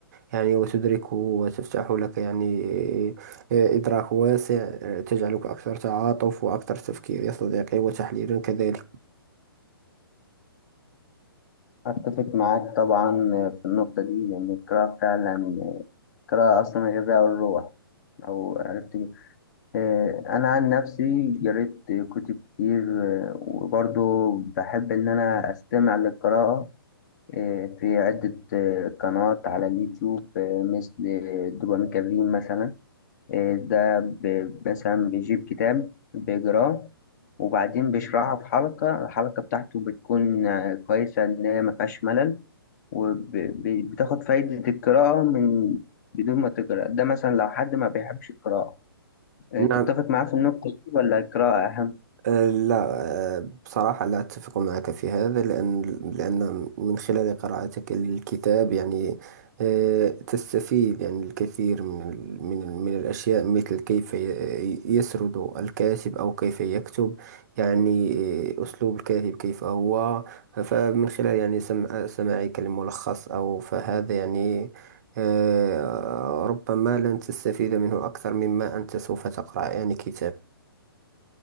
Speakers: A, on the right; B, on the left.
A: يعني وتدركه وتفتح لك يعني آه، إدراك واسع آه، تجعلك أكثر تعاطف وأكثر تفكير يا صديقي وتحليلا كذلك
B: أتفق معاك طبعا في النقطة دي لأن القراءة فعلا القراءة أصلا غذاء الروح أو عرفت إيه آه، أنا عن نفسي قريت كتب كتير آه، وبرضو بحب إن أنا أستمع للقراءة آه، في عدة آه، قنوات على اليوتيوب آه، مثل دوبامين كافين مثلا آه، ده ب- مثلا بيجيب كتاب بيقراه وبعدين بيشرحه في حلقة الحلقة بتاعته بتكون آه، كويسة إن هي مفيهاش ملل وبتاخد فايدة القراءة من بدون ما تقرأ ده مثلا لو حد ما بيحبش القراءة آه،
A: نعم
B: تتفق معاه في النقطة دي ولا القراءة أهم؟
A: أه، لا أه، بصراحة لا أتفق معك في هذا لأن لأن من خلال قراءتك للكتاب يعني أه، تستفيد يعني الكثير من ال- من ال- من الأشياء مثل كيف ي- يسرد الكاتب أو كيف يكتب يعني أه، أسلوب الكاتب كيف هو فمن خلال يعني سمع سماعك لملخص أو فهذا يعني أه، ربما لن تستفيد منه أكثر مما أنت سوف تقرأ يعني كتاب